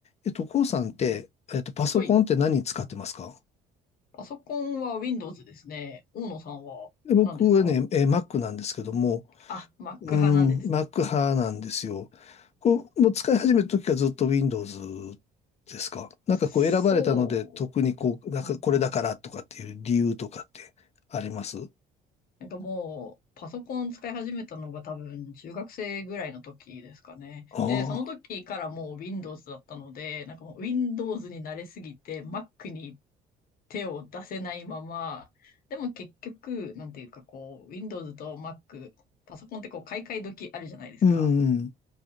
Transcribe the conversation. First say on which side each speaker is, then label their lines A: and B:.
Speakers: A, on the left; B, on the left.
A: えっと、こうさんって、えっと、パソコンって何使ってますか
B: はい。パソコンは Windows ですね。大野さんは何ですか
A: で僕はね、えー Mac なんですけども、
B: あ、Mac
A: うーん、
B: 派なんですね。
A: Mac 派なんですよ。こう、もう使い始めた時からずっと Windows ですかなんかこう選ばれたので、
B: そ
A: 特にこう、なんかこれだからとかっていう理由とかってあります
B: う。うんうん。なんかもう、パソコン使い始めたのが多分中学生ぐらいの時ですかね。
A: ああ
B: で、その時からもう Windows だったので、なんかもう Windows に慣れすぎて Mac に手を出せないまま、でも結局、なんていうかこう、Windows と Mac、パソコンってこう買い替え時あるじゃないですか。
A: ー、うん、うん、